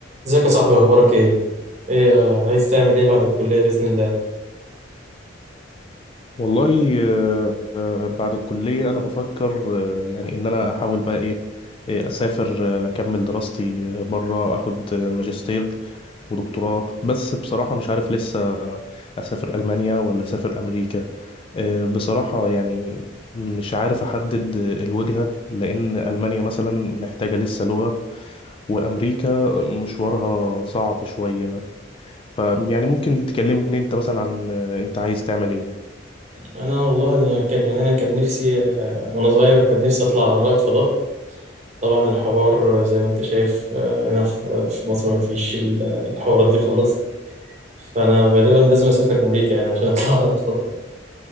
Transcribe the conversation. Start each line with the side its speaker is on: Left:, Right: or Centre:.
Right: ازيك يا صاحبي اخبارك ايه ايه آه، عايز تعمل ايه بعد الكليه باذن الله
Left: والله آه، آه، بعد الكلية أنا بفكر آه، يعني إن أنا أحاول بقى إيه آه، أسافر آه، أكمل دراستي آه، برا أخد آه، ماجستير ودكتوراه بس بصراحة مش عارف لسه أسافر ألمانيا ولا أسافر أمريكا آه، بصراحة يعني مش عارف أحدد الوجهة لأن ألمانيا مثلا محتاجة لسه لغة وأمريكا مشوارها صعب شوية فيعني ممكن تكلمني أنت مثلا عن آه، أنت عايز تعمل إيه؟
Right: انا والله انا كان يعني انا كان نفسي آه، وانا صغير كنت نفسي اطلع رائد فضاء طبعا الحوار آه، زي ما انت شايف آه، هنا في في مصر ما فيش ال- الحوارات دي خالص فانا غالبا لازم اسافر امريكا يعني عشان اطلع <laughs> رائد فضاء